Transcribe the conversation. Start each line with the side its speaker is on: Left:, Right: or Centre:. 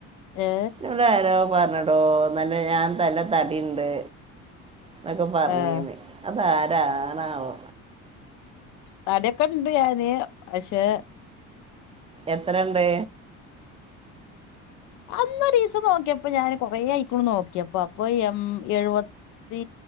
Left: ഏ
Right: ന്നോടാരോ പറഞ്ഞ. ട്ടോ തന്നെ ഞാനല്ല തടിണ്ട്. ന്നൊക്കെ പറഞ്ഞീന്ന്
Left: ആഹ്
Right: അതാരാണാവോ.
Left: തടിക്കെണ്ട് ഞാന് പഷേ
Right: എത്രണ്ട്
Left: അന്നൊരീസം നോക്ക്യേപ്പ ഞാന് കൊറേഅയിക്ണു നോക്യേപ്പൊ അപ്പോ എം എഴുവ ത്തി